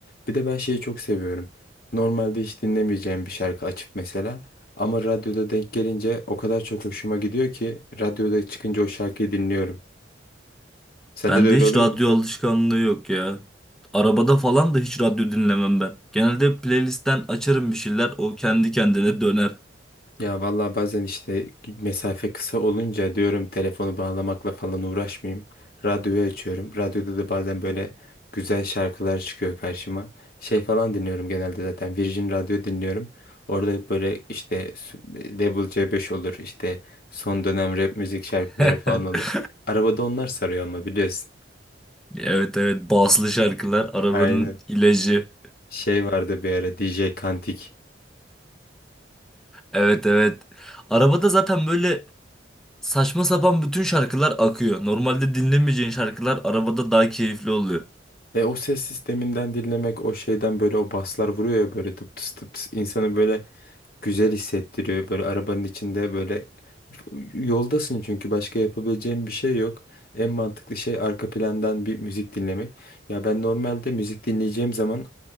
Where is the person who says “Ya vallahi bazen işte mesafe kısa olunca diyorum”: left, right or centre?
Left